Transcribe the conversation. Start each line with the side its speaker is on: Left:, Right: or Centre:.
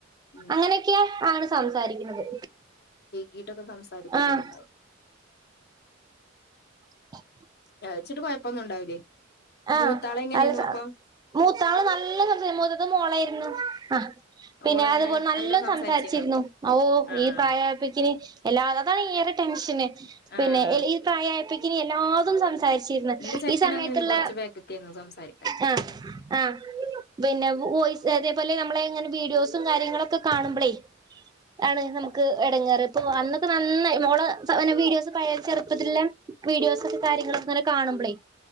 Left: ഉം
Right: അങ്ങനെയൊക്കെയ ആണ് സംസാരിക്കുന്നത്
Left: വീട്ടൊക്കെ സംസാരിക്കുണോല്
Right: ആഹ്
Left: ഉണ്ടാവും
Right: <inaudible>
Left: കഴിച്ചിട്ട് കുഴപ്പമൊന്നും ഉണ്ടാവില്ലേ
Right: ആഹ്
Left: മൂത്താള് എങ്ങനെയാന്നു
Right: <unintelligible> ന
Left: അപ്പൊ
Right: മൂത്താള് നല്ല സംസാര <unintelligible> മൂത്തതും മോളായിരുന്നു ആഹ് പിന്നെ
Left: ഓള് എങ്ങനെ
Right: അതുപോലെ നല്ലോ
Left: നല്ലോം സംസാരിച്ചീന്നോ
Right: സംസാരിച്ചിരുന്നു ഔ ഓ
Left: ആഹ്
Right: ഈ പ്രായമായപ്പഴ്ക്കിന് എല്ലാ അതാണ് ടെൻഷന്
Left: ആഹ്
Right: പിന്നെ <unintelligible> ഈ പ്രായായപ്പ് ത്തിന് എല്ലാതും സംസാരിച്ച് ത്തി
Left: എന്റെ
Right: <unintelligible>
Left: ചെക്കന്
Right: ഈ സമയത്ത്
Left: അങ്ങനെയാന്ന്
Right: ത്തിള്ള
Left: കൊറച്ച് ബേക്ക്ക്കേന്നു സംസാരിക്കാന്
Right: ആഹ് ആഹ് പിന്നെ <unintelligible> പ്പല്യ നമ്മള് ഇങ്ങനെ വീഡിയോസും കാര്യങ്ങളും ഒക്കെ കാണുമ്പളെ ആണ് നമുക്ക് എടങ്ങേറ് അന്നൊക്കെ നന്നായി മോള് വീഡിയോസ് ചെറുപ്പത്തിലുള്ള വീഡിയോസും കാര്യങ്ങളും ഒക്കെ കാണുമ്പളെ